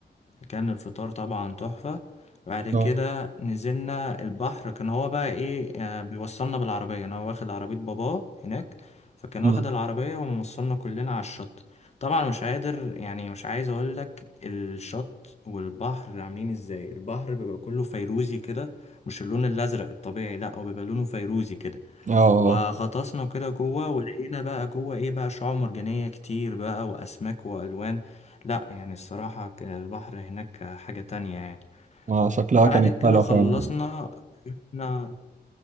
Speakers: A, on the left; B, on the right.
A: كان الفطار طبعا تحفة بعد كده
B: اه
A: نزلنا البحر كان هو بقى ايه آه بيوصلنا بالعربية انا واخد عربية باباه هناك فكان
B: أمم.
A: واخد العربية وموصلنا كلنا على الشط طبعا مش قادر يعني مش عايز اقول لك الشط والبحر عاملين ازاي البحر بيبقى كله فيروزي كده مش اللون الازرق الطبيعي لا هو بيبقى لونه فيروزي كده
B: اه اه
A: وغطسنا كده جوه ولقينا بقى جوه ايه بقى شعاب مرجانية كتير بقى واسماك والوان لا يعني الصراحة كان البحر هناك حاجة تانية يعني
B: ما شكلها
A: بعد
B: كانت
A: كده
B: حلوة
A: خلصنا
B: فعلا
A: رحنا